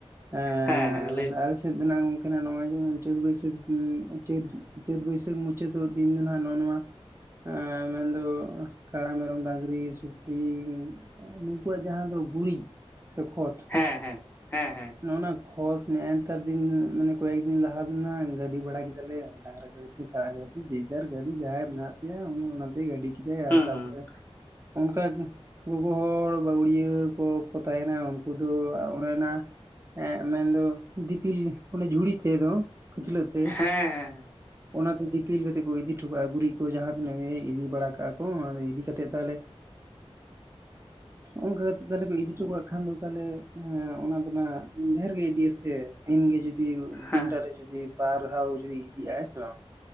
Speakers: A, on the right; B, on the left.
A: ᱮᱸ
B: ᱦᱮᱸ ᱦᱮᱸ ᱞᱟᱹᱭ
A: ᱟᱞᱮ ᱥᱮᱫ ᱫᱚ ᱱᱟᱜ ᱜᱝᱢ ᱠᱮ ᱱᱟ ᱱᱚᱜ-ᱚᱭ ᱪᱟᱹᱛ ᱵᱟᱹᱭᱥᱟᱹᱠᱷ ᱪᱟᱹᱛ ᱪᱟᱹᱛ ᱵᱟᱹᱭᱥᱟᱹᱠᱷ ᱢᱩᱪᱟᱹᱫᱜ ᱫᱤᱱ ᱫᱚ ᱱᱟᱜ ᱱᱚᱜ ᱱᱚᱣᱟ ᱮ ᱢᱮᱱᱫ ᱠᱟᱲᱟ ᱢᱮ- ᱢᱮᱨᱚᱢ ᱰᱟᱝᱨᱤ ᱥᱩᱠᱨᱤ ᱱᱩᱠᱩᱣᱟᱜ ᱡᱟᱦᱟᱸ ᱫᱚ ᱜᱩᱨᱤᱡ ᱥᱮ ᱠᱷᱚᱛ
B: ᱦᱮᱸ ᱦᱮᱸ-ᱦᱮᱸ ᱦᱮᱸ
A: ᱱᱚᱜ ᱱᱟ ᱠᱷᱚᱛ ᱱᱮ ᱮᱛᱟᱨ ᱫᱤᱱ ᱢᱟᱱᱮ ᱠᱚᱭᱮᱠ ᱫᱤᱱ ᱞᱟᱦᱟ ᱫᱚ ᱱᱟ ᱜᱟᱹᱰᱤ ᱵᱟᱲᱟ ᱠᱮᱫᱟᱞᱮ ᱰᱟᱝᱨᱟ ᱜᱟᱹᱲᱤ ᱛᱮ᱾ <unintelligible> ᱡᱮᱡᱟᱨ ᱜᱟᱹᱰᱤ ᱡᱟᱦᱟᱭᱟᱜ ᱢᱮᱱᱟᱜ ᱛᱟᱭᱟ ᱩᱱᱤ ᱚᱱᱟᱛᱮᱭ ᱜᱟᱹᱰᱤ ᱠᱮᱫᱟᱭ ᱟᱨ
B: ᱦᱩᱸ
A: ᱛᱟᱯᱚᱨᱮ
B: ᱦᱩᱸ
A: ᱚᱱᱠᱟ ᱜᱚᱜᱚ ᱦᱚᱲ ᱵᱟᱹᱣᱲᱤᱭᱟᱹ ᱠᱚᱠᱚ ᱛᱟᱦᱮᱱᱟ ᱩᱱᱠᱩ ᱫᱚ ᱚᱱᱮᱱᱟ ᱮᱜᱸ ᱢᱮᱱᱫᱚ ᱫᱤᱯᱤᱞ ᱚᱱᱮ ᱡᱷᱩᱲᱤ ᱛᱮᱫᱚ
B: ᱦᱮᱸ
A: ᱠᱷᱟᱹᱪᱞᱟᱹᱜ ᱛᱮ
B: ᱦᱮᱸ ᱦᱮᱸ
A: ᱚᱱᱟᱛᱮ ᱫᱤᱯᱤᱞ ᱠᱟᱛᱮ ᱠᱚ ᱤᱫᱤ ᱦᱚᱴᱚ ᱠᱟᱜ-ᱟ ᱜᱩᱨᱤᱡ ᱠᱚ ᱡᱟᱦᱟᱸ ᱛᱤᱱᱟᱹᱜ ᱜᱮ ᱤᱫᱤ ᱵᱟᱲᱟ ᱠᱟᱜ-ᱟ ᱠᱚ ᱚᱱᱟ ᱤᱫᱤ ᱠᱟᱛᱮᱫ ᱛᱟᱦᱞᱮ ᱚᱝᱠᱟ ᱠᱟᱛᱮ ᱛᱟᱞᱦᱮ ᱠᱚ ᱤᱫᱤ
B: ᱦᱮᱸ
A: ᱴᱚ ᱠᱟᱜ ᱠᱷᱟᱱ ᱫᱚ ᱛᱟᱦᱞᱮ ᱦᱮᱸ ᱚᱱᱟ ᱰᱷᱮᱨ ᱜᱮ ᱤᱫᱤᱜ ᱟᱥᱮ ᱫᱤᱱ ᱜᱮ ᱡᱩᱫ ᱫᱤᱱᱴᱟᱨ
B: ᱦᱮᱸ
A: ᱨᱮ ᱡᱩᱫᱤ ᱵᱟᱨ ᱫᱷᱟᱣ ᱡᱩᱫᱤ ᱤᱫᱤᱜ-ᱟ ᱦᱮᱸ ᱥᱮ ᱵᱟᱝ,